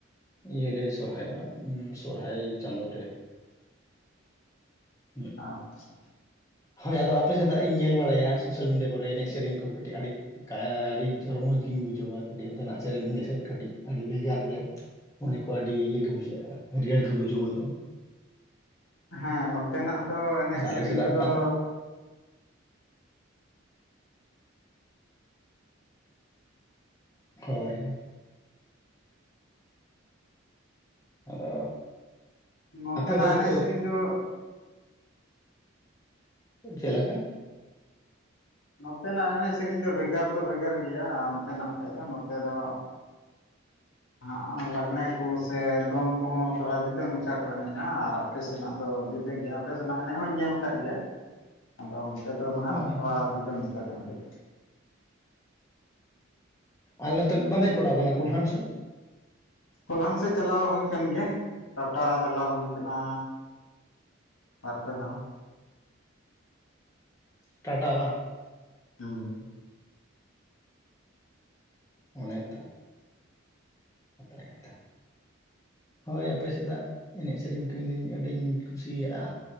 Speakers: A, on the left; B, on the left.
A: ᱤᱭᱟᱹ ᱞᱮ ᱥᱚᱨᱦᱟᱭᱚᱜᱼᱟ ᱥᱚᱨᱦᱟᱭ ᱪᱟᱸᱫᱳ ᱨᱮ᱾ <inaudible>
B: ᱟᱪᱪᱷᱟ
A: ᱦᱳᱭ ᱟᱫᱚ ᱟᱯᱮ ᱥᱮᱫᱟᱜ ᱤᱧ ᱧᱮᱞ ᱵᱟᱲᱟᱭᱟ ᱥᱳᱥᱟᱞ ᱢᱤᱰᱤᱭᱟ ᱠᱚᱨᱮ ᱮᱱᱮᱡ ᱥᱮᱨᱮᱧ ᱠᱚ ᱠᱟᱹᱴᱤᱡ ᱟᱹᱰᱤ? ᱟᱹᱰᱤ ᱨᱚᱢᱚᱡᱽ ᱜᱤᱧ ᱵᱩ ᱡᱷᱟᱹᱣᱟ ᱠᱟᱹᱴ ᱚᱱᱛᱮ ᱱᱟᱜ ᱥᱮᱨᱮᱧ ᱮᱱᱮᱡ ᱥᱮᱨᱮᱧ ᱠᱟᱹᱴᱤᱡ ᱟᱹᱰᱤ ᱵᱷᱮᱜᱟᱨ ᱜᱮᱭᱟ᱾ ᱢᱚᱱᱮ ᱠᱚ ᱟᱹᱰᱤ ᱤᱭᱟᱹ ᱜᱮ ᱵᱩᱡᱷᱟᱹᱜᱼᱟ ᱦᱟᱹᱨᱭᱟᱹᱲ ᱜᱮ ᱵᱩᱡᱷᱟᱹᱣ ᱜᱚᱫᱚᱜᱼᱟ
B: ᱦᱮᱸ ᱱᱚᱛᱮ ᱱᱟᱜ ᱫᱚ ᱮᱱᱮᱡ
A: ᱟᱨ ᱟᱞᱮ
B: ᱥᱮᱨᱮᱧ
A: ᱥᱮᱫᱟᱜ
B: ᱠᱚ
A: ᱚᱱᱠᱟ
B: ᱫᱚ?
A: ᱦᱚᱭ ᱦᱚᱭ ᱟᱫᱚ
B: ᱱᱚᱛᱮᱱᱟᱜ
A: ᱟᱯᱮ ᱚᱱᱛᱮ ᱫᱚ
B: ᱮᱱᱮᱡ
A: ᱠᱚ
B: ᱥᱮᱨᱮᱧ ᱫᱚ
A: ᱪᱮᱞᱮᱠᱟ
B: ᱱᱚᱛᱮ ᱱᱟᱜ ᱮᱱᱮᱡ ᱥᱮᱨᱮᱧ ᱫᱚ ᱵᱷᱮᱜᱟᱨ ᱫᱚ ᱵᱷᱮᱜᱟᱨ ᱜᱮᱭᱟ ᱚᱱᱛᱮ ᱱᱟᱜ ᱠᱷᱟᱡ ᱫᱚ ᱱᱚᱛᱮ ᱫᱚ
A: <inaudible>
B: ᱦᱚᱸᱜ ᱚᱸ ᱞᱟᱜᱽᱬᱮ ᱠᱚ ᱥᱮ ᱫᱚᱝ ᱠᱚᱦᱚᱸ ᱛᱷᱚᱲᱟ ᱡᱩᱫᱟᱹ ᱢᱟᱪᱷᱟ ᱠᱚ ᱮᱱᱮᱡᱼᱟ ᱟᱨ ᱟᱯ ᱟᱯᱮ ᱥᱮᱱᱟᱜ ᱫᱚ ᱡᱩᱫᱟᱹ ᱜᱮᱭᱟ, ᱟᱯᱮ ᱥᱮᱱᱟᱜ ᱮᱱᱮᱡ ᱦᱚᱧ ᱧᱮᱞ ᱟᱠᱟᱫ ᱜᱮᱭᱟ᱾
A: <inaudible>
B: ᱟᱫᱚ ᱚᱱᱛᱮ ᱫᱚ ᱱᱟᱦᱟᱸᱜ
A: ᱦᱳᱭ
B: ᱛᱷᱚᱲᱟ
A: ᱦᱳᱭ
B: ᱡᱩᱫᱟᱹ ᱢᱮᱛᱟᱹ ᱧᱚᱜ ᱜᱮ᱾
A: ᱟᱞ ᱱᱚᱛᱮ ᱵᱟᱢ ᱦᱮᱡ ᱵᱟᱲᱟ ᱟᱠᱟᱱᱟ ᱠᱩᱞᱦᱟᱸᱴ ᱥᱮᱫ?
B: ᱠᱚᱞᱦᱟᱱ ᱥᱮᱫ ᱪᱟᱞᱟᱣ ᱦᱩᱭ ᱟᱠᱟᱱ ᱜᱮᱭᱟ ᱴᱟᱴᱟ ᱪᱟᱞᱟᱣ ᱦᱩᱭ ᱠᱟᱱᱟ᱾ ᱵᱟᱨᱯᱮ ᱫᱷᱟᱣ
A: ᱴᱟᱴᱟ ᱵᱟᱝ
B: ᱦᱩᱸ
A: ᱚᱱᱮ ᱛᱚ ᱱᱟᱯᱟᱭ ᱠᱟᱛᱷᱟ ᱦᱳᱭ ᱟᱯᱮ ᱥᱮᱫᱟᱜ ᱮᱱᱮᱡ ᱥᱮᱨᱮᱧ ᱠᱚ ᱤᱧ ᱫᱚ ᱟᱹᱰᱤᱧ ᱠᱩᱥᱤᱭᱟᱜᱼᱟ᱾